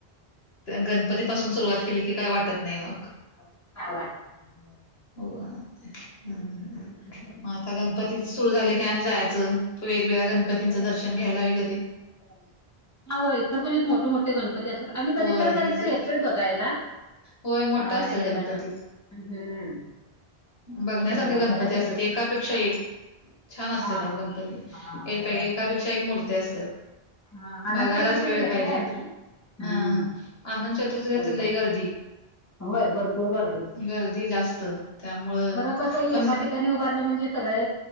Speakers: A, on the left; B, on the left.
A: गणपती
B: हम्म
A: पासून सुरुवात केली की काय वाटत नाही मग
B: काय वाटत नाही. हो.
A: हो हम् ह.
B: ह ह ह.
A: आता गणपती सुरू झाले की आणि जायचं वेगवेगळ्या गणपतींचं
B: होय होय.
A: दर्शन घ्यायला वगैरे,
B: हा हो इ सर म्हणजे मोठे मोठे गणपती असतात आम्ही
A: होय
B: कधीत
A: हे
B: कधीतरी
A: तर
B: येतोय बघायला.
A: होय मोठा
B: अ
A: असतात
B: ह्याला
A: गणपती
B: हम्म
A: बघण्यासारख
B: ते अकरा
A: गणपती असतात एक. एकापेक्षा एक छान असतात
B: हा
A: अ गणपती
B: हा होय
A: एकापेक्षा एक मूर्ती असतात.
B: हा अनंत
A: बघायलाच
B: चतुर्थीला
A: वेळ
B: येतय
A: पाहिजेत.
B: आम्ही हम्म
A: हा हा आनंद चतुर्थी
B: कधी
A: घेत ल
B: तर
A: गर्दी
B: होय भरपूर गर्दी
A: गर्दी जास्त त्यामुळं
B: खरं कसं
A: पण
B: एका ठिकाणी उभारलं म्हणजे सगळे